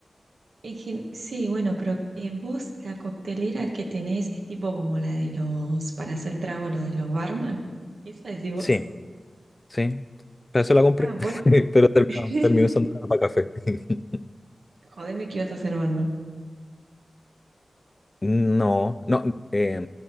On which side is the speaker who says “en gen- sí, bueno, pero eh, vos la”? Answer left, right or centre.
Right